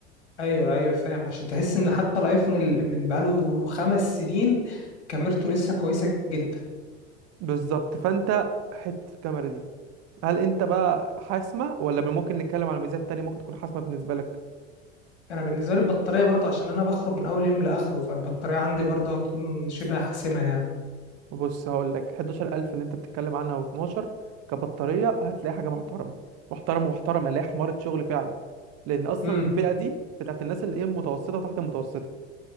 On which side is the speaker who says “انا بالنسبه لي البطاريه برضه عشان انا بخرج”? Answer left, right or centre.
Left